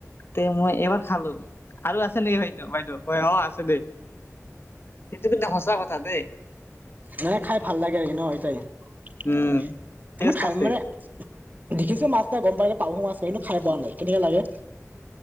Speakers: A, on the left (about 45°); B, on the right (about 30°).
A: তে মই এবাৰ খালোঁ আৰু আছে নেকি বাইদেউ বাইদেউ হয় অ আছে দেই সেইটো কিন্তু সঁচা কথা দেই।
B: নাই খাই ভাল লাগে আৰু কি ন সেটাই <unintelligible>
A: উম টেষ্ট
B: মই খাই
A: আছে
B: মানে দেখিছো মাছটা গম পাওঁ পাহু মাছ হয় কিন্তু খাই পোৱা নাই কেনেকা লাগে।